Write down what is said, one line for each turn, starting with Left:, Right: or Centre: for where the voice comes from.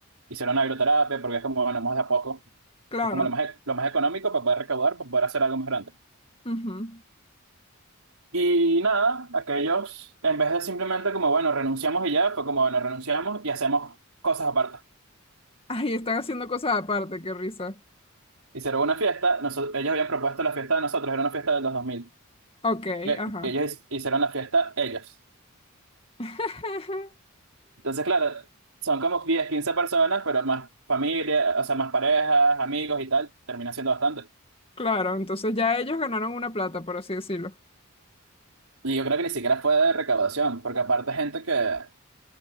Right: hicieron una agroterapia, porque es como, bueno, vamos de a poco,
Left: Claro.
Right: es como lo más, e- lo más económico para poder recaudar, para poder hacer algo más grande.
Left: ujú.
Right: Y nada, aquellos, en vez de simplemente como, bueno, renunciamos y ya, fue como, bueno, renunciamos y hacemos cosas aparte.
Left: Ay, están haciendo cosas aparte, qué risa.
Right: Hicieron una fiesta, noso- ellos habían propuesto la fiesta de nosotros, era una fiesta de los 2000,
Left: Ok,
Right: y, y
Left: ajá.
Right: ellos hicieron la fiesta ellos.
Left: <laughs>
Right: Entonces, claro, son como 10 15 personas, pero más familia, o sea, más parejas, amigos y tal, termina siendo bastante.
Left: Claro, entonces ya ellos ganaron una plata, por así decirlo.
Right: Y yo creo que ni siquiera fue de recaudación, porque aparte gente que,